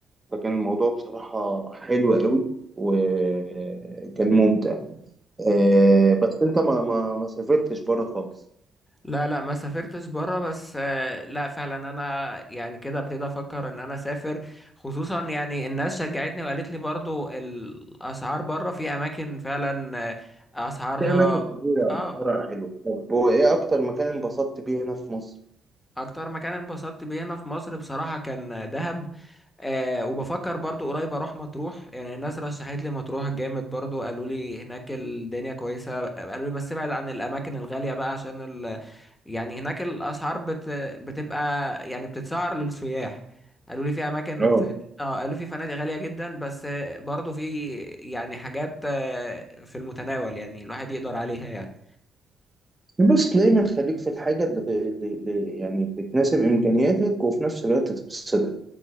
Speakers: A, on the right; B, on the left.
A: فكان الموضوع بصراحه حلو قوي وكان ممتع آه بس انت ما ما, ما سافرتش بره خالص
B: لا لا ما سافرتش بره بس آه، لا فعلا انا يعني كده ابتدي افكر ان انا اسافر خصوصا يعني الناس شجعتني وقالت لي برضو الاسعار بره في اماكن فعلا آه، اسعارها
A: في اماكن كتيره
B: اه
A: بره حلوه طب هو ايه اكتر مكان انبسطت بيه هنا في مصر
B: اكتر مكان انبسطت بيه هنا في مصر بصراحة كان دهب أه وبفكر برضو قريب اروح مطروح يعني الناس رشحت لي مطروح جامد برضو قالوا لي هناك الدنيا كويسة قالوا لي بس ابعد عن الاماكن الغالية بقى عشان ال... يعني هناك الاسعار بت... بتبقى يعني بتتسعر للسياح قالوا لي في اماكن
A: اه
B: زي اه قالوا في فنادق غالية جدا بس آه، برضو في يعني حاجات آه، في المتناول يعني الواحد يقدر عليها يعني
A: بص دايما خليك في الحاجه اللي, اللي اللي- يعني اللي تناسب امكانياتك وفي نفس الوقت تبسطك